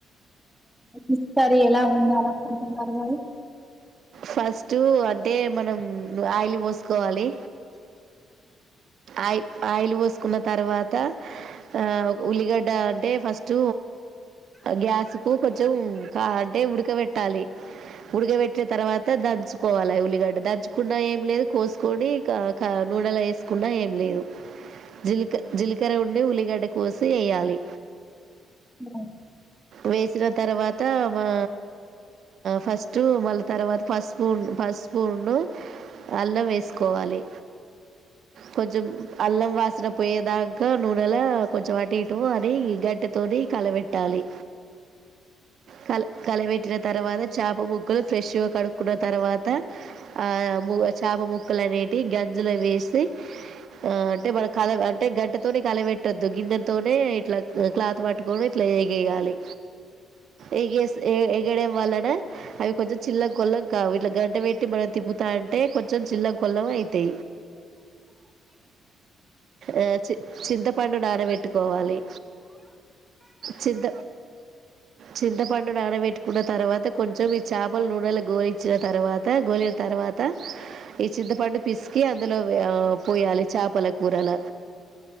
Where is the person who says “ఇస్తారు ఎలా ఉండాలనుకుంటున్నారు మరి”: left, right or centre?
Centre